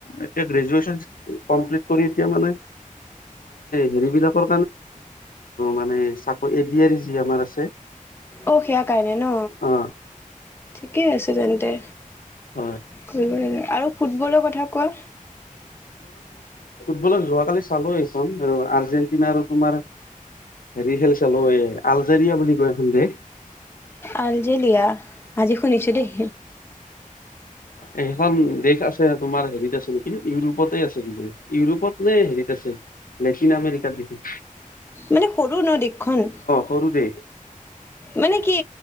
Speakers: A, on the left; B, on the left.
A: এতি। এ মানে হোক মানে এ যি আমাৰ আছে।
B: অ সেয়া কাৰণে ন
A: অ
B: ঠিকেই আছে তেন্তে।
A: হয়
B: কৰিব লাগে আৰু ফুটবলৰ কথা কোৱা।
A: ফুটবলত যোৱাকালি চালো এইখন আৰ্জেণ্টিনা আৰু তোমাৰ হেৰি খেল চালো এই আলজেৰিয়া বুলি কয় এখন দেশ।
B: আলজেলিয়া আজি শুনিছোঁ দেই।
A: সেইখন দেশ আছে তোমাৰ হেৰিতে আছে কিন্তু ইউৰোপতে আছে কিজানি। ইউৰোপত যে হেৰিত আছে লেটিন আমেৰিকাত বিহু
B: মানে সৰু ন দেশখন
A: সৰু দেশ
B: মানে কি